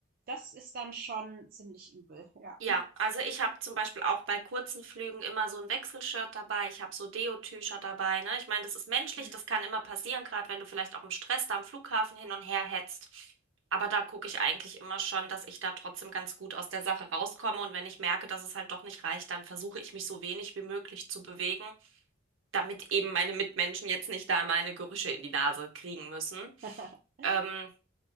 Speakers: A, on the right (about 45°); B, on the right (about 70°).
A: das ist dann schon ziemlich übel, ja.
B: Ja, also ich habe zum Beispiel auch bei kurzen Flügen immer so ein Wechselshirt dabei. Ich habe so Deo-Tücher dabei, ne? Ich meine, das ist menschlich,
A: Mhm.
B: das kann immer passieren, gerade wenn du vielleicht auch im Stress da am Flughafen hin und her hetzt. Aber da gucke ich eigentlich immer schon, dass ich da trotzdem ganz gut aus der Sache rauskomme. Und wenn ich merke, dass es halt doch nicht reicht, dann versuche ich mich so wenig wie möglich zu bewegen damit eben meine Mitmenschen jetzt nicht da meine Gerüche in die Nase kriegen müssen.
A: <laughs>
B: Ähm,